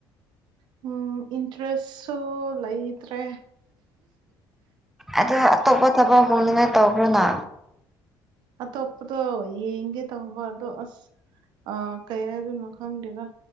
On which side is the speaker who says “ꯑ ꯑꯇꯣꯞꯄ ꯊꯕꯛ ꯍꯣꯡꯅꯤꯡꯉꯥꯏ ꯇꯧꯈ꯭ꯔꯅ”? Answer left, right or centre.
Centre